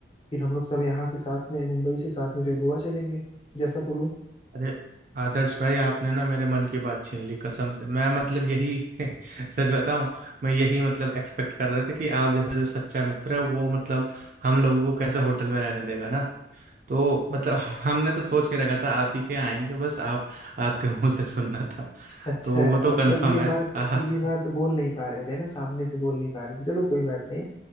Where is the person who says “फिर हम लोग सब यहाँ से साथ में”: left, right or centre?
Left